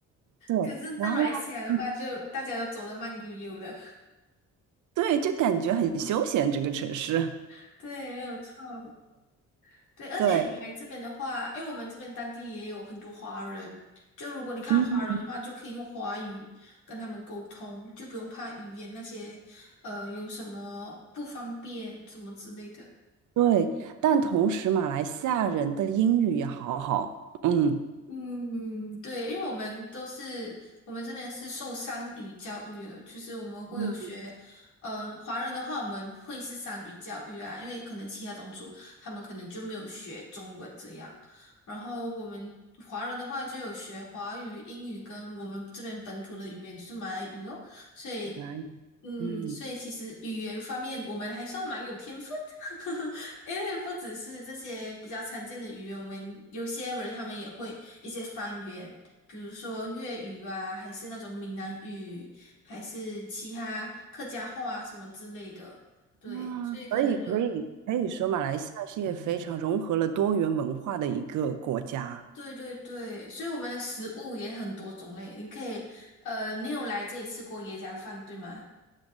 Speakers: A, on the right (about 75°); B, on the left (about 75°).
A: 对，
B: 可是，
A: 然后。
B: 在马来西亚的话，
A: 嗯
B: 就大家都走得慢悠悠的。
A: 对，就感觉很休闲这个城市。
B: <laughs> 对，没有错。对，而且你来这边的话，
A: 对，
B: 因为我们这边当地也有很多华人，就如果你看华人的话，
A: 嗯，
B: 就可以用华语跟他们沟通，就不用怕语言那些，呃，有什么不方便什么之类的。
A: 对，但同时马来西亚人的英语也好好，嗯，
B: 嗯，对，因为我们都是我们这边是受三语教育的，就是我们会有学，
A: 嗯，
B: 嗯、呃华人的话我们会是三语教育啊，因为可能其他种族他们可能就没有学中文这样，然后我们华人的话就有学华语、英语跟我们这边本土的语言就是马来语哦，所以，
A: 可以，
B: 嗯，
A: 嗯，
B: 所以其实语言方面我们还算蛮有天分的，<laughs> 因为不只是这些比较常见的语言，我们有些人他们也会一些方言，比如说粤语啊，还是那种闽南语，还是其他客家话啊什么之类的。对，
A: 啊，
B: 所以可能有，
A: 所以可以可以说马来西亚是一个非常融合了多元文化的一个国家，
B: 嗯，对对对，所以我们的食物也很多种类。你可以，呃，你有来这里吃过椰浆饭，对吗？